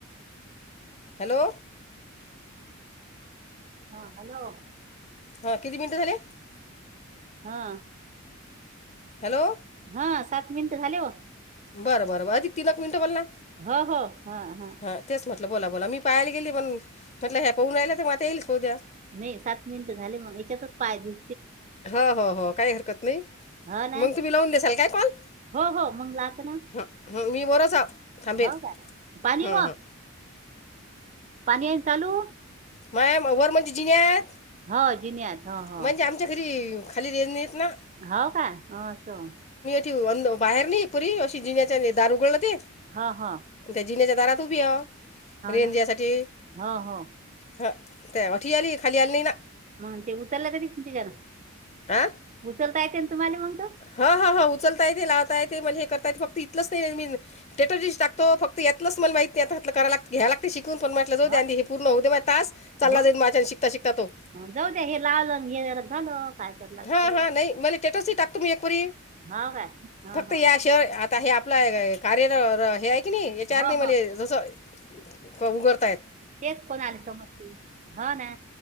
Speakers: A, on the left (about 35°); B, on the right (about 35°).
A: हॅलो.
B: हा हॅलो.
A: हा किती मिनटं झाले?
B: हा.
A: हॅलो.
B: हा, सात मिनिटं झाले बग.
A: बर बर बर अधिक तीनक मिनटं बोलना.
B: हो हो, हा हा.
A: हां तेच म्हटलं बोला बोला. मी पाहायला गेली पण म्हटलं हया पाहून राहिल्या तर मग आता येईल पाहू द्या.
B: नाही सात मिनिट झाले मग याच्यातच पाय दि
A: हो हो हो काही हरकत नई.
B: हो ना
A: मग तुम्ही लावून देशाल काय कॉल?
B: हो हो मग लावतो ना
A: ह हम् मी वरच जाव थांबेन,
B: हो का पाणी
A: हम्म
B: व
A: हम्म.
B: पाणी आहेन चालू?
A: मा वर म्हणजे जिण्यात?
B: हो जिन्यात. हो हो
A: म्हणजे आमच्या घरी, खाली रेंज नाही येत ना.
B: हाव का, हों असं.
A: ती <unintelligible> बाहेर नाही पुरी अशी जिण्याच्याने दार उघडल ते.
B: हा हा.
A: त्या जिण्या्च्या दारात उभीह, रेंज
B: ना
A: यासाठी.
B: हो हो
A: हं ते होठी आली, खाली आली नई ना.
B: मग ते उतरलं कशी तिज्यान?
A: आं?
B: उचलता येत ना तुम्हाला मग तो.
A: हां हां हां उचलता येते, लावता येते, मला हे करता येत फक्त इथलंच नाही मी स्टेटस टाकतो फक्त यातलच मला माहित नाही करा घ्या लागते शिकून पण मा जाउंदे
B: हो
A: हे पूर्ण हो मग तास चाला
B: हो
A: जाईल माझ्या शिकता शिकता तो.
B: जाऊ द्या हे लावलं येणार झालं. काय करायला लागते
A: हां हां नाही मले स्टेटस ही टाकतो मी एकपरी
B: हो काय हो
A: फक्त
B: हो
A: याश होय आता हे आपलं कार्या-र-र हे आहे की नाही याच्यावरती
B: हो हो
A: मला जसं कोन उघडतायत.
B: तेच कोण आले समजते हो ना.